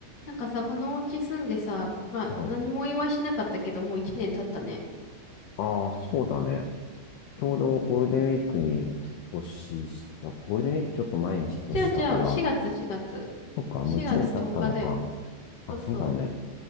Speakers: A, on the left; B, on the left.
A: なんかさ、このお家住んでさ、まあ、
B: うん、
A: 何もお祝いしなかったけど、もう一年経ったね。
B: ああ、そうだね。ちょうどゴールデンウィークに引っ越しした。ゴールデンウィークちょっと前に引っ越したから、
A: じゃあじゃあ、4月、4月。
B: そっか、
A: 4月10日だよ。
B: もう一年経ったのか。あ、
A: そうそ
B: そうだね。